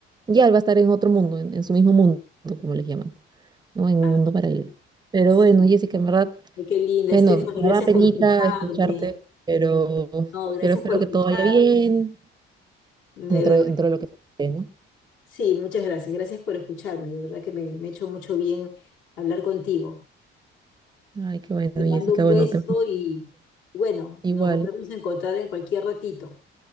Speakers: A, on the right (about 20°); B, on the left (about 65°).
A: ya él va a estar en otro mundo, en, en su mismo mundo, como les llaman, ¿no? En un
B: Ah,
A: mundo paralelo. Pero
B: sí.
A: bueno, Jessica, en verdad,
B: Ay, qué linda,
A: Bueno,
B: Estefany,
A: me
B: gracias
A: da penita
B: por escucharme.
A: escucharte, pero,
B: No, gracias
A: pero espero
B: por escucharme.
A: que todo vaya bien
B: De
A: dentro,
B: verdad.
A: dentro de lo que se puede, ¿no?
B: Sí, muchas gracias. Gracias por escucharme. De verdad que me, me ha hecho mucho bien hablar contigo.
A: Ay, qué bueno,
B: Te
A: Jessica,
B: mando un
A: bueno,
B: beso
A: te
B: y, y bueno,
A: igual,
B: nos volvemos a encontrar en cualquier ratito.